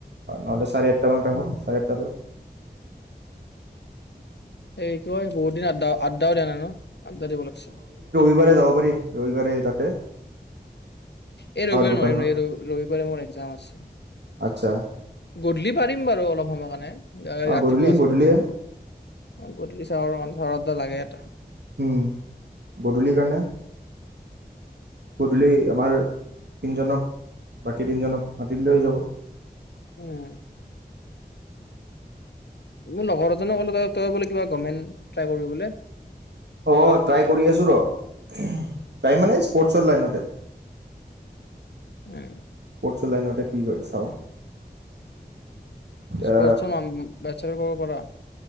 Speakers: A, on the right; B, on the left.
A: নহ'লে চাৰে আঠটা মানত আহোঁ চাৰে আঠটালৈ
B: এইটো হয় বহুত দিন আদ্দা আদ্ডাও দিয়া নাই ন আদ্দা দিব লাগছিল
A: বাৰে যাব পাৰি ৰবিবাৰে তাত
B: এই ৰবিবাৰে
A: দোকানখনত
B: নোৱাৰিম ৰে ৰবিবাৰে মোৰ এক্সাম আছে
A: আচ্ছা
B: গধূলি পাৰিম বাৰু অলপ সময় কাৰণে
A: অঁ
B: ৰাতিপুৱা
A: গধূলি
B: আছোঁ
A: গধূলিয়ে
B: আৰু বাৰু গধূলি চাওঁ আৰু আন্ধাৰত এটা লাগে এটা
A: উম গধূলিৰ কাৰণে গধূলি আমাৰ তিনিজনক বাকী তিনিজনক মাতি দিলে হৈ যাব
B: উম মোৰ লগৰ এজনে ক'লে ত তই বোলে কিবা গভমেন্ত ট্ৰাই কৰিবলে
A: অ ট্ৰাই কৰি আছো ৰ ট্ৰাই মানে্ স্পৰ্ত ৰ্টছ ৰ লাইনতে
B: উম
A: চলাই নওঁতে কি কয় চাওঁ
B: স্পৰ্টৰ
A: এ
B: বেচাৰ পাবপাৰা